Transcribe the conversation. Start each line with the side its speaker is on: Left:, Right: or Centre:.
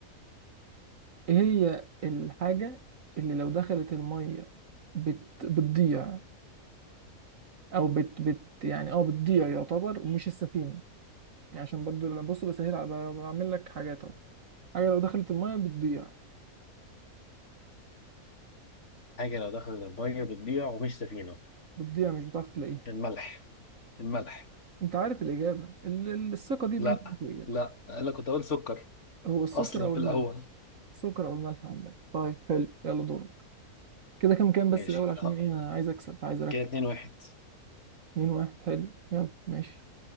Right: ايه هي الحاجه اللي لو دخلت الميه بت... بتضيع او بت بت يعني اه بتضيع يعتبر مش السفينه يعني عشان برضو لما بص بسهل ع- ب- بعمل لك حاجات اهو حاجه لو دخلت الميه بتضيع
Left: حاجه لو دخلت الميه بتضيع ومش سفينه
Right: بتضيع مش بتعرف تلاقيها
Left: الملح الملح
Right: انت عارف الاجابه ال- ال- الثقه دي
Left: لا
Right: بقى انت عارف الاجابه
Left: لا انا كنت اقول سكر
Right: هو السكر
Left: اصلا
Right: او
Left: في
Right: الملح
Left: الاول
Right: السكر او الملح عامه طيب حلو يلا دورك كده كام كام
Left: ماشي
Right: بس الاول عشان
Left: اه
Right: ايه انا عايز اكسب عايز اركب
Left: كده اتنين واحد
Right: اتنين واحد حلو يلا ماشي